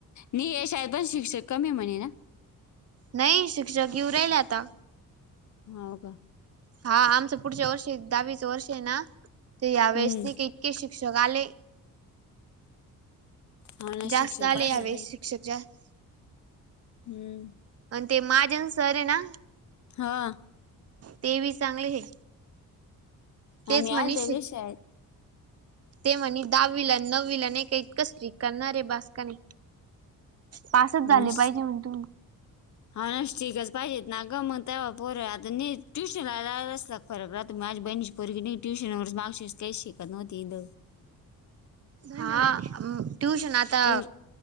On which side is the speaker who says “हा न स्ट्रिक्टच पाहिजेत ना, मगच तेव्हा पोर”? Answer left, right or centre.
Left